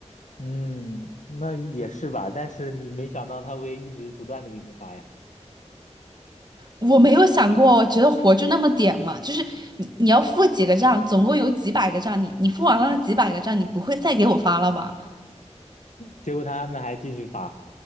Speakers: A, on the left (about 85°); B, on the right (about 35°).
A: 嗯，那也是吧，但是你没想到他会一直不断的给你发呀，
B: 我没有想过，我觉得活就那么点嘛，就是你你要付几个账，总共有几百个账，你你付完了那几百个账，你不会再给我发了吧？
A: 结果他们还继续发，